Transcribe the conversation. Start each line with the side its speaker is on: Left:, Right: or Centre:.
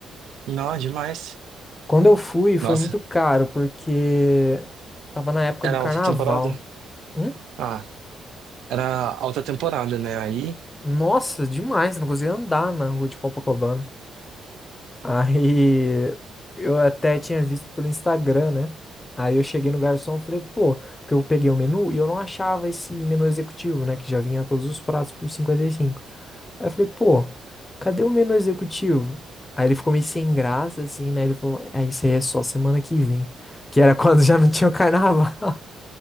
Right: Não, demais.
Left: Quando eu fui, foi
Right: Nossa,
Left: muito caro, porque tava na época
Right: era
Left: do carnaval.
Right: alta temporada?
Left: Hum?
Right: Ah, era alta temporada, né? Aí.
Left: Nossa, demais. Não conseguia andar na rua de Copacabana. Aí eu até tinha visto pelo Instagram, né? Aí eu cheguei no garçom e falei, pô, porque eu peguei o menu e eu não achava esse menu executivo, né? Que já vinha todos os pratos por 55. Aí eu falei, pô, cadê o menu executivo? Aí ele ficou meio sem graça, assim, né? Ele falou, é, isso aí é só semana que vem. Que era <laughs> quando já não tinha o carnaval. <laughs>